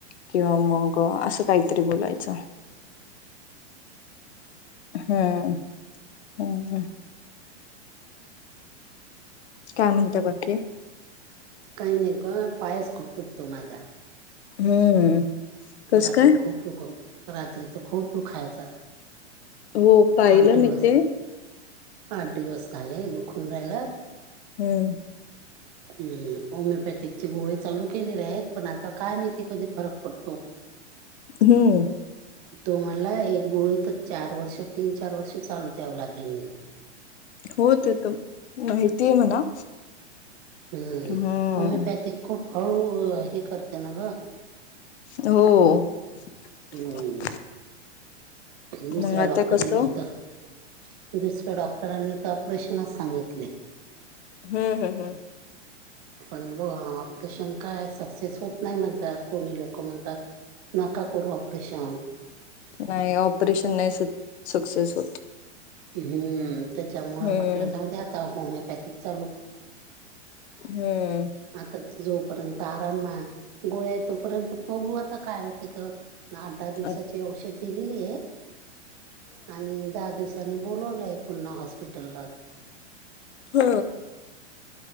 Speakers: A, on the left (about 65°); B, on the right (about 35°).
A: किंवा मग असं काहीतरी बोलायचं. हम्म. हम्म हम्म. काय म्हणता बाकी.
B: काही नाही ग. पायस खूप दुखतो माझा.
A: हम्म. कस
B: रात्री
A: काय
B: खूप दुख, रात्री त खूप दुखायचा.
A: हो पाहिलं
B: आठ दिवस,
A: मी ते
B: आठ दिवस झाले. दुखून राहिला.
A: हम्म.
B: हम्म होमिओपॅथिकची गोळी चालू केलेली आहेत. पण आता काय माहिती कधी फरक पडतो.
A: हम्म.
B: तो म्हणला एक गोळी त चार वर्ष. तीन चार वर्ष चालू द्याव लागेल म्हणे.
A: हो ते त माहितीय म्हणा.
B: हम्म
A: हम्म.
B: होमिओपॅथिक खूप हळू हे करते ना ग.
A: हो. <inaudible>
B: हम्म दुसऱ्या
A: मग आता
B: डॉक्टरांनी
A: कसं
B: त, दुसऱ्या डॉक्टरांनी त ऑपरेशनच सांगितलेय.
A: हम्म हम्म हम्म.
B: पण ब ऑपरेशन काय सक्सेस होत नाही म्हणतात. कोणी लोक म्हणतात. नका करू ऑपरेशन
A: नाही ऑपरेशन नाही सक सक्सेस होत.
B: हम्म त्याच्यामुळे
A: हम्म
B: म्हटलं जाऊ द्या आता होमिओपॅथिक चालू
A: हम्म.
B: आता जोपर्यंत आराम गोळ्याय, तोपर्यंत बघू आता काय होते तर. आठ दहा दिवसाची
A: हा
B: औषध दिलेलीये. आणि दहा दिवसांनी बोलावलंय पुन्हा हॉस्पिटलला.
A: <inaudible> ह.